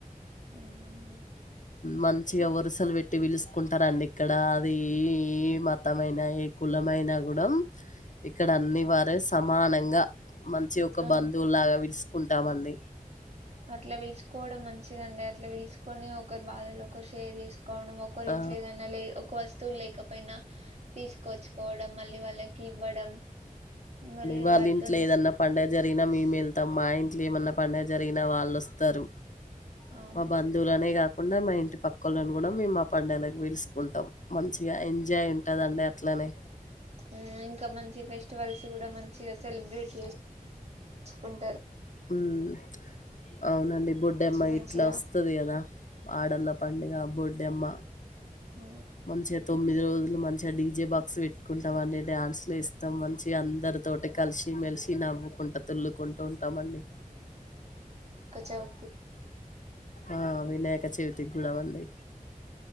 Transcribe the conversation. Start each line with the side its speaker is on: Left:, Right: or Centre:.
Right: అవునా అండి
Left: మంచిగా వరుసలు పెట్టి పిలుసుకుంటారంండి ఇక్కడ అది ఏ ఏ మతమైైన ఏ కులమైనా కూడా ఇక్కడ అన్ని వారే సమానంగా మంచి ఒక
Right: ఆ
Left: బంధువు లాగా విలుసుకుంట ద్దాబంది
Right: అట్లా వెలుసుుకోవడం మంచిదండి అట్లా విలుసుకొని ఒకరు బాధలు ఒకరు షేర్ చెస్ కావున ఒక్కరి
Left: ఆ!
Right: ఇంట్లో ఏదన్నా లే ఒక వస్త లు లేకపోయినా తీసుకొచ్చుకోవడం మళ్ళీ వాళ్ళకి ఇవ్వడం మళ్ళీ
Left: వాళ్ళ
Right: వారితో
Left: ఇంట్లో ఏదన్నా పండుగ జరిగి న మేము వెళ్తాం మా ఇంట్లో ఏమన్నా పండగ జరిగినా వాళ్ళోస్తరు
Right: అవును
Left: మా బంధువులనే కా కకుండా మా ఇంటి పక్కొలు కూడా మేము మా పండగలకి పిలుస్ ఉంటాం మంచిగా ఎంజాయ్ ఉంటదండి ఇట్లానే
Right: మ్మ్ ఇంకా మంచి ఫెస్టివల్స్ కూడా మంచిగా సెలబ్రేట్ చేస్ కుంటారు
Left: మ్మ్ అవునండి బొడ్డమ్మ
Right: మంచిగా
Left: ఇట్లా వస్తది కదా ఆడళ్ళ పండుగ బొడ్డెమ్మ
Right: మ్మ్
Left: మంచిగా తొమ్మిది రోజులు మంచిగా డీజే బాక్స్ పెట్టుకుంటాం అండి డ్యాన్స్ లేస్తాం మంచిగా అందరి తోటి కలిసి మెలిసి నవ్వుకుంటా <unintelligible> కుంటూ ఉంటామండి
Right: కచౌతి
Left: ఆ వినాయక చవితి గుణవంది